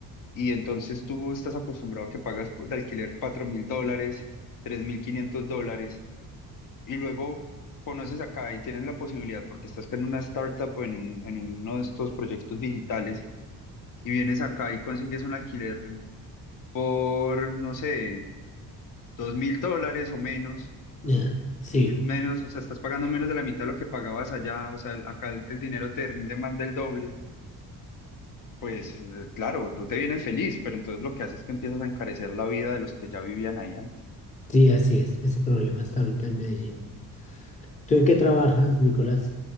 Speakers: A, on the left (about 55°); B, on the left (about 20°).
A: Y entonces tú estás acostumbrado a que pagas de alquiler cuatro mil dólares, tres mil quinientos dólares, y luego conoces acá y tienes la posibilidad, porque estás en una startup o en un, en uno de estos proyectos digitales, y vienes acá y consigues un alquiler por, no sé, dos mil dólares o menos,
B: Ya, Sí,
A: que es menos, o sea, estás pagando menos de la mitad de lo que pagabas allá, o sea, el- acá el, el dinero te rinde más del doble. Pues eh, claro, tú te vienes feliz, pero entonces lo que haces es que empiezas a encarecer la vida de los que ya vivían ahí antes.
B: sí, así es. Ese problema está ahorita en Medellín. ¿Tú en qué trabajas, Nicolás?